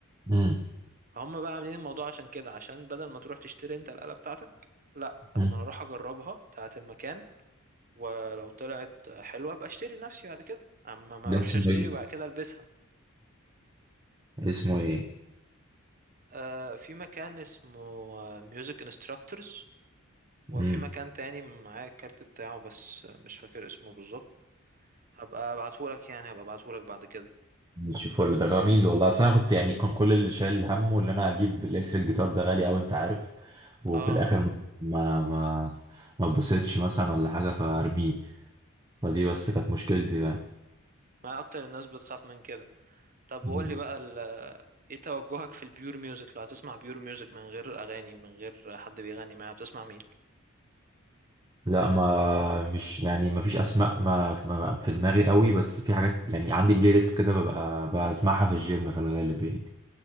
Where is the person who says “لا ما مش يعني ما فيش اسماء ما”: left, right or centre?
Right